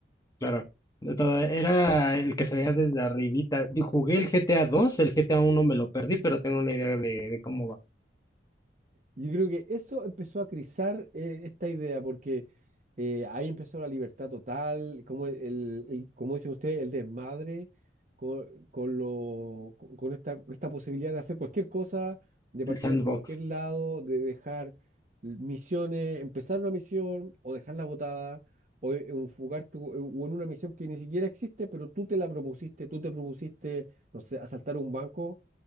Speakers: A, on the left; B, on the right.
A: Claro. De todo, era el que se veía desde arribita. Yo Jugué el GTA 2, el GTA 1 me lo perdí, pero tengo una idea de, de cómo va.
B: Yo creo que eso empezó a crizar eh, esta idea, porque eh, ahí empezó la libertad total, como, el, el- el- como dice usted, el desmadre con, con lo, con con esta, esta posibilidad de hacer cualquier cosa, de
A: El
B: partir
A: sandbox,
B: hacia cualquier lado, de dejar misiones, empezar una misión o dejarla botada. O enfocarte o o en una misión que ni siquiera existe, pero tú te la propusiste, tú te propusiste no sé, asaltar un banco